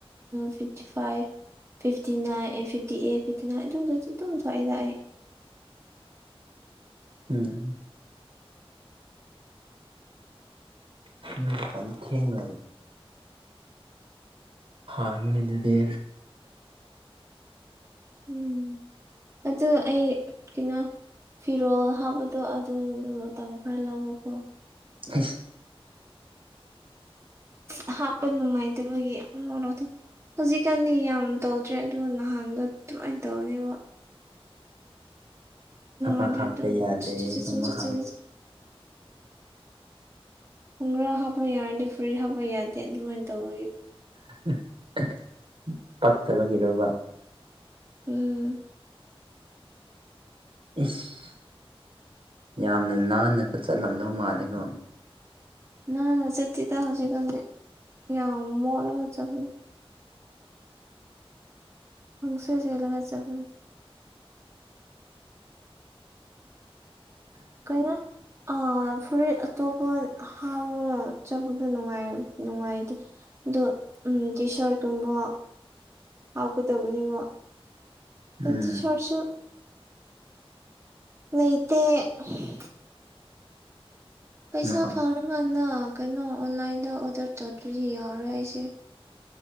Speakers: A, on the right; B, on the right.
A: ꯐꯤꯐꯇꯤ ꯐꯥꯏꯚ ꯐꯤꯐꯇꯤ ꯅꯥꯏꯟ ꯑꯦ ꯐꯤꯞꯇꯤ ꯑꯦ ꯐꯤꯞꯇꯤ ꯅꯥꯏꯟ ꯑꯗꯨꯗꯁꯨ ꯑꯗꯨꯝ ꯊꯣꯛꯑꯏꯗ ꯑꯩ
B: ꯎꯝ <unintelligible> ꯎ ꯊꯦꯡꯅ ꯍꯥꯎꯅꯤ ꯑꯗꯨꯗꯤ
A: ꯎꯝ ꯑꯗꯨ ꯑꯩ ꯀꯩꯅꯣ ꯐꯤꯔꯣꯜ ꯍꯥꯞꯄꯗꯣ ꯑꯗꯨꯗꯣ ꯃꯇꯝ ꯈꯔ ꯂꯧꯋꯀꯣ
B: ꯑ
A: ꯑ ꯍꯥꯞꯄ ꯅꯨꯡꯉꯥꯏꯇꯕꯒꯤꯅꯣꯗ ꯍꯧꯖꯤꯛꯀꯥꯟꯗꯤ ꯌꯥꯝ ꯇꯧꯗ꯭ꯔꯦ ꯑꯗꯨ ꯅꯍꯥꯟꯗ ꯑꯗꯨꯃꯥꯏꯅ ꯇꯧꯕꯅꯦꯕꯣ
B: ꯑꯃ
A: ꯑꯉ
B: ꯍꯥꯞꯄ
A: ꯑꯗꯨ
B: ꯌꯥꯗꯦ
A: ꯆ ꯆ
B: ꯑꯃ
A: ꯆꯊ
B: ꯍꯥꯞ
A: ꯈꯨꯡꯒ꯭ꯔꯥ ꯍꯥꯞꯄ ꯌꯥꯔꯗꯤ ꯐꯨꯔꯤꯠ ꯍꯥꯞꯄ ꯌꯥꯗꯦ ꯑꯗꯨꯃꯥꯏꯅ ꯇꯧꯕꯒꯤ
B: <unintelligible> ꯄꯛꯇꯕꯒꯤꯗꯧꯕ
A: ꯎꯝ
B: ꯏꯁ ꯌꯥꯝꯅ ꯅꯥꯟꯅꯒ ꯆꯠꯂꯝꯗꯧ ꯃꯥꯜꯂꯦꯒꯣ
A: ꯅ ꯆꯦꯇꯤꯗ ꯍꯧꯖꯤꯛꯒꯅꯤ ꯌꯥ ꯃꯣꯂꯒ ꯆ ꯐ ꯍꯪꯁꯔ ꯆꯂꯒꯖꯕ ꯀꯩꯅꯣ ꯑ ꯐꯨꯔꯤꯠ ꯑꯇꯣꯞꯄ ꯍꯥꯎꯔꯒ ꯎ ꯆꯠꯕꯗꯣ ꯅꯨꯡꯉꯥꯏ ꯅꯨꯡꯉꯥꯏꯇꯦ ꯑꯗꯣ ꯎ ꯇꯤ ꯁꯥꯔꯠꯀꯨꯝꯕ ꯍꯥꯞꯀꯗꯕꯅꯦꯕ <unintelligible>
B: ꯎꯝ
A: ꯇꯤ ꯁꯔꯠꯁꯨ ꯂꯩꯩꯇꯦ <unintelligible> ꯄꯩꯁꯥ
B: ꯅꯍꯥꯟ
A: ꯐꯪꯔꯀꯥꯟꯗ ꯀꯩꯅꯣ ꯑꯣꯟꯂꯥꯏꯟꯗ ꯑꯣꯗꯔ ꯇꯧꯗ꯭ꯔꯗꯤ ꯌꯥꯎꯔꯦ ꯑꯩꯁꯦ